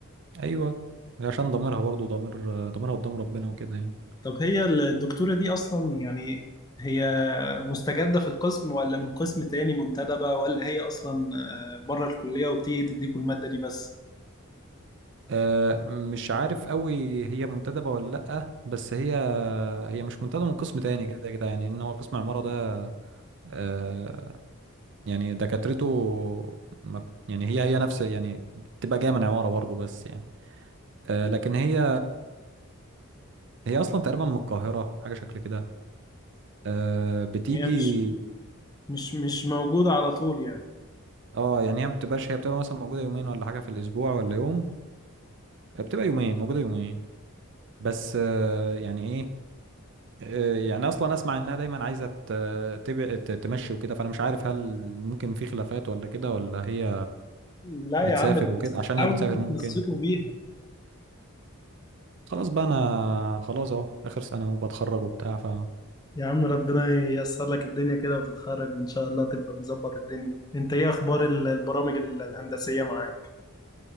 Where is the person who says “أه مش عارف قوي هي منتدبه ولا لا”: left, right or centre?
Right